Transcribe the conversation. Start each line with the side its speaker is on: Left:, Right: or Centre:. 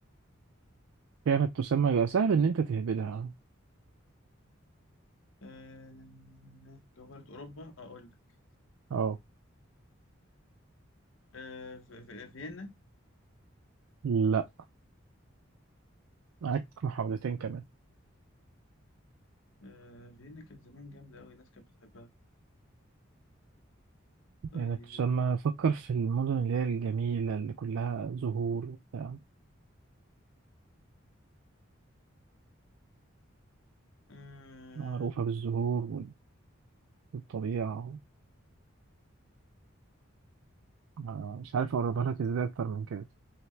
Right: كانت تسمى جو- سهل إن أنت تهبدها
Left: آه... جوهرة أوروبا أقول لك
Right: أه
Left: آه... في... في... فيينا
Right: لا معاك محاولتين كمان
Left: آه... فيينا كانت زمان جامدة أوي الناس كانت بتحبها طيب
Right: كانت تسمى فكر في المدن اللي هي الجميلة اللي كلها زهور وبتاع
Left: آه...
Right: معروفة بالزهور وال- والطبيعة آه، مش عارف أقربها لك إزاي أكتر من كده